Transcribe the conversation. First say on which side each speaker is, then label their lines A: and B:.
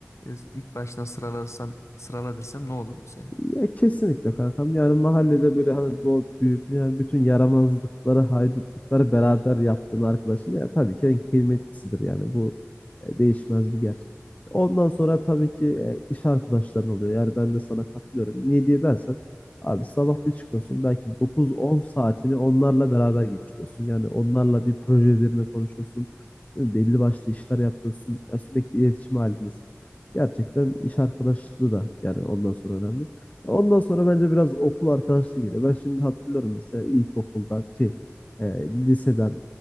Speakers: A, on the left; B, on the left.
A: e, ilk baştan sıralasam, sırala desem ne olurdu senin?
B: Ya kesinlikle kankam. Yani mahallede böyle hani doğup büyüyüp yani bütün yaramazlıkları, haydutlukları beraber yaptığın arkadaşın ya tabii ki en kıymetlisidir yani. Bu e, değişmez bir gerçek. Ondan sonra tabii ki e, iş arkadaşların oluyor. Yani ben de sana katılıyorum. Niye diye dersen abi sabah bir çıkıyorsun belki dokuz on saatini onlarla beraber geçiriyorsun. Yani onlarla bir proje üzerine konuşuyorsun. Belli başlı işler yapıyorsun. Ya sürekli iletişim halindesin. Gerçekten iş arkadaşlığı da yani ondan sonra önemli. Ondan sonra bence biraz okul arkadaşlığı geliyor. Ben şimdi hatırlıyorum mesela ilkokuldan, şey, e, liseden,